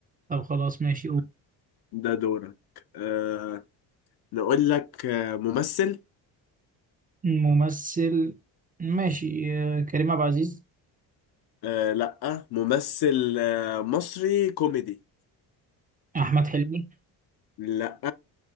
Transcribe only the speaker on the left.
ده دورك آه نقول لك آه ممثل
آه لا ممثل آه مصري كوميدي
لا